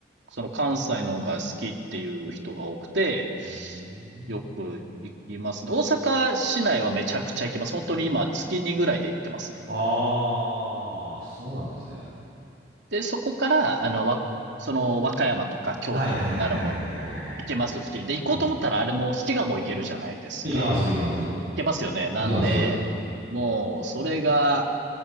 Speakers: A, on the right (about 75°); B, on the right (about 50°).
A: その関西の方が好きっていう人が多くて、
B: うーん。
A: よく行きますね。大阪市内はめちゃくちゃ行きます。本当に今月2ぐらいで行ってますね。
B: ああ、そうなんですね。
A: で、そこから、あの、わ、その和歌山とか京都、
B: はいはいはいはいはいはいはいはい。
A: 奈良も行けますし、で、行こうと思ったらあれも滋賀も行けるじゃないですか。
B: うん。いけます、いけます。
A: けますよね。なんで、
B: いけます。
A: もう、それが、